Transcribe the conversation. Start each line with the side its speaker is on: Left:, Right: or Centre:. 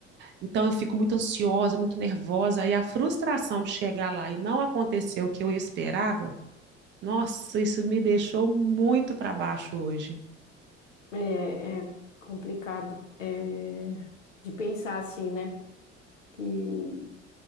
Right: Então eu fico muito ansiosa, muito nervosa, e a frustração de chegar lá e não acontecer o que eu esperava nossa, isso me deixou muito para baixo hoje.
Left: é, é complicado é, de pensar assim, né? Que